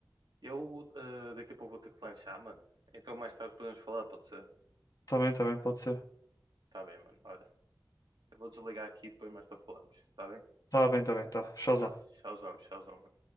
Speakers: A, on the right (about 80°); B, on the left (about 55°).
A: eu eh, daqui a pouco vou ter que lanchar, mano. Então mais tarde podemos falar, pode ser?
B: Tá bem, tá bem, pode ser.
A: Tá bem, mano. Olha, eu vou desligar aqui e depois mais tarde falamos, tá bem?
B: Tá bem, tá bem, tá. Showzão.
A: Tá, tchauzão, tchauzão, mano.